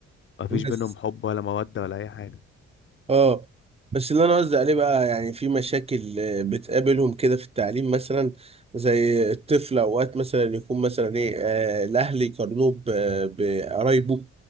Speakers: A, on the left; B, on the right.
A: مفيش
B: بس
A: بينهم حب ولا مودة ولا اي حاجة
B: اه بس اللي انا قصدي عليه بقى يعني في مشاكل آه، بتقابلهم كده في التعليم مثلا زي الطفل اوقات مثلا يكون مثلا ايه آه، الاهل يقارنوه ب- بقرايبه